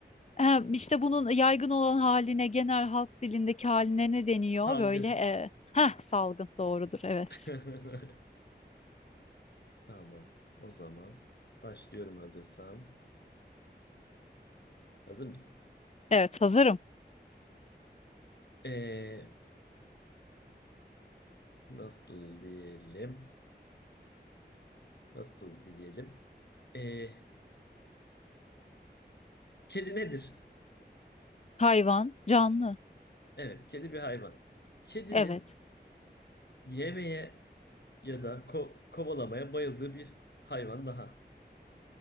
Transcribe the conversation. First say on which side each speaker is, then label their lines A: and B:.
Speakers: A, on the left; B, on the left.
A: Ha, işte bunun yaygın olan haline, genel halk dilindeki haline ne deniyor?
B: salgın.
A: Böyle e, heh, salgın doğrudur evet.
B: <laughs> Tamam. O zaman başlıyorum hazırsan. Hazır mısın?
A: Evet hazırım.
B: Ee, nasıl diyelim? Nasıl diyelim? Ee, Kedi nedir?
A: Hayvan, canlı.
B: Evet, kedi bir hayvan. Kedinin
A: Evet.
B: yemeye ya da ko- kovalamaya bayıldığı bir hayvan daha.